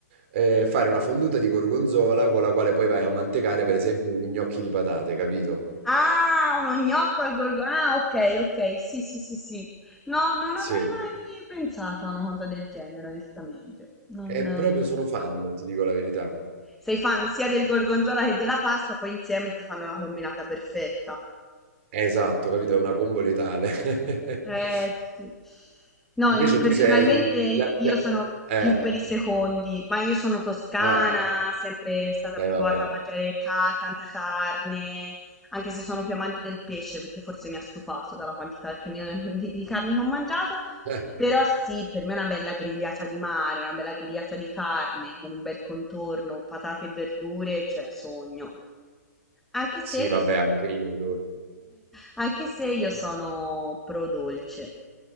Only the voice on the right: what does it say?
Eh, fare una fonduta di gorgonzola con la quale poi vai a mantecare, per esempio, gli gnocchi di patate, capito?
Sì,
e proprio
sono fan, ti dico la verità.
Esatto, capito? È una combo letale.
<laughs>
Invece
tu sei pia
pia
eh,
ah,
eh
vabbè.
Eh,
sì vabbè anche io adoro.